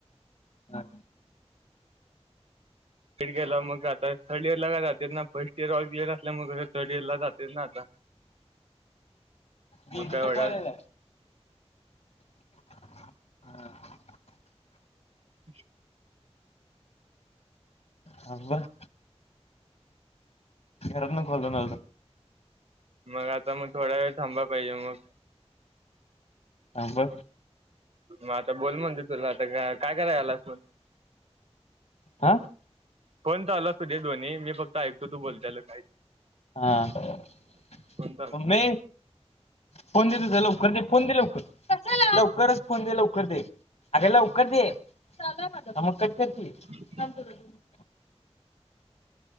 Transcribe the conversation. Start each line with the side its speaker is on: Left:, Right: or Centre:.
Left: हा.
Right: फीड केेला, मग आता थर्ड इयर ला का जाते ना फर्स्ट इयर ऑल क्लियर असल्यामुळं मग थर्ड इयर ला जाते ना आता. <inaudible>
Left: ददी
Right: मग काय वडा
Left: ते पयले हा.
Right: अच्
Left: हा बर.
Right: मग
Left: घरात ना घालून आलतो.
Right: मग आता मग थोडा वेळ थांबा पाहिजे मग
Left: ब
Right: मग आता बोल म्हणते तुला आता काय करायलायस तु
Left: हा.
Right: फोन चालू असुत दे दोन्ही मी फक्त ऐकतो तू बोलतायला काही
Left: हा मम्मे
Right: फोन चालू
Left: फोन दे लवकर दे फोन दे लवकर लवकरच फोन दे लवकर दे. अगं लवकर दे चालू आहे अजून मग कट कर की
Right: ह.
Left: पोर